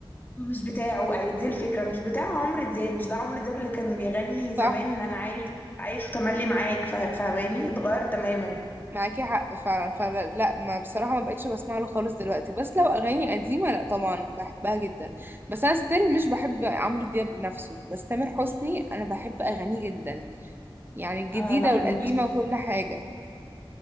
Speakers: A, on the left; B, on the right.
A: مش بتاعه أيوة دي الفكرة مش بتاع عمرو دياب مش ده عمرو دياب اللي كان بيغني
B: صح
A: زمان أنا عايش عايش وتملي معاك فا- فاهماني اتغير تماما
B: معاكي حق فعلا فعلا لا ما بصراحة ما بقتش بسمع له خالص دلوقتي بس لو أغاني قديمة لا طبعا بحبها جدا بس أنا ستيل مش بحب عمرو دياب نفسه بس تامر حسني أنا بحب أغانيه جدا يعني الجديدة
A: آه لا
B: والقديمة
A: مش
B: وكل حاجة